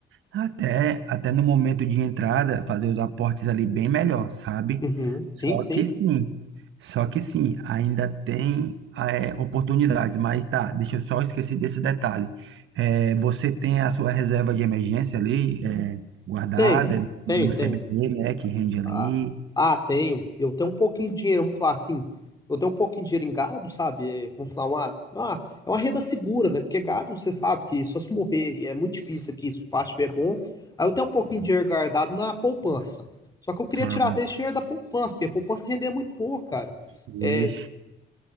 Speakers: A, on the right; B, on the left.
A: Até, até no momento de entrada, fazer os aportes ali bem melhor, sabe?
B: Uhum.
A: Só
B: Sim, sim.
A: que sim, só que sim, ainda tem é, oportunidades, mas tá, deixa eu só esquecer desse detalhe. É, você tem a sua reserva de emergência ali, é, guardada
B: Tenho,
A: no
B: tenho, tenho.
A: CBB, né, que rende ali.
B: Ah, ah, tenho. Eu tenho um pouquinho de dinheiro, vamos falar assim. Eu tenho um pouquinho de dinheiro em gado, sabe? É, Vamos falar uma, uma- é uma renda segura, né? Porque gado, você sabe que só se morrer, e é muito difícil aqui, se o pasto estiver bom. Aí eu tenho um pouquinho de dinheiro guardado na poupança. Só que eu queria
A: Ah,
B: tirar até esse dinheiro da poupança, porque a poupança rende muito pouco, cara.
A: vixe,
B: É,